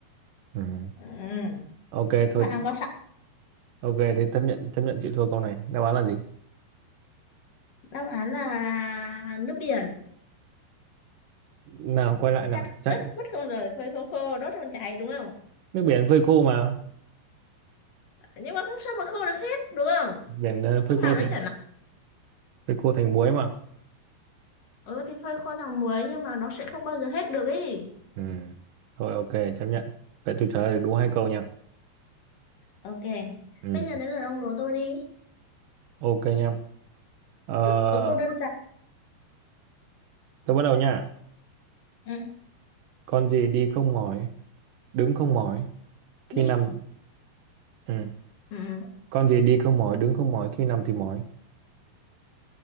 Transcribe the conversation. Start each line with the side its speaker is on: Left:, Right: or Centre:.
Right: ừ.
Left: ừ.
Right: ok thôi
Left: đáp án có sẵn
Right: Ok thế chấp nhận chấp nhận chịu thua câu này đáp án là gì
Left: đáp án là nước biển
Right: nào quay lại nào
Left: chặt
Right: Chắc,
Left: ướt mất không rồi phơi không khô đốt phòng cháy đúng không
Right: nước biển phơi khô mà
Left: nhưng mà không sao mà khô được hết đúng không
Right: biển ờ, phơi
Left: lúc nào
Right: khô
Left: nó
Right: thành
Left: chảy nóng
Right: phơi khô thành muối mà
Left: ừ thì phơi khô thằng muối nhưng mà nó sẽ không bao giờ hết được ý
Right: ừ. thôi ok chấp nhận vậy tôi trả lời được đúng hai câu nha
Left: ok
Right: ừ.
Left: bây giờ đến lượt ông đố tôi đi
Right: ok nha ờ,
Left: Tức là có câu đơn giản
Right: tôi bắt đầu nha
Left: ừ
Right: con gì đi không mỏi đứng không mỏi khi
Left: đi
Right: nằm ừ.
Left: ừ
Right: con gì đi không mỏi đứng không mỏi khi nằm thì mỏi